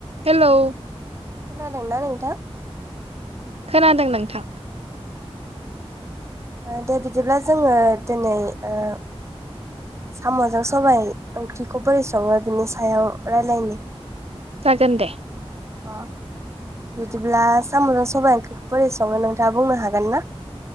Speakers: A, on the right; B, on the right.
A: Hello
B: खोनादोंना नोंथां
A: खोनादों नोंथां
B: अ दे बिदिब्ला जोङो दिनै ओ साम'जों सबाय ओंख्रिखौ बोरै सङो बिनि सायाव रायलायनि
A: जागोन दे
B: अ बिदिब्ला साम'जों सबाइ बे बोरै सङो नोंथाङा? बुंनो हागोन ना?